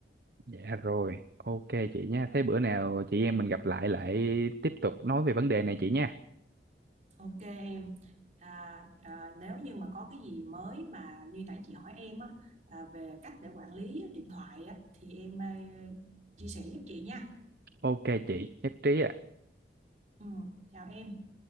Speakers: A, on the right (about 55°); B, on the right (about 40°).
A: dạ rồi ok chị nha thế bữa nào chị em mình gặp lại lại tiếp tục nói về vấn đề này chị nha
B: ok em à, à, nếu như mà có cái gì mới mà như nãy chị hỏi em á à, về cách để quản lý điện thoại á thì em ờ, chia sẻ giúp chị nha
A: ok chị nhất trí ạ
B: ừ, chào em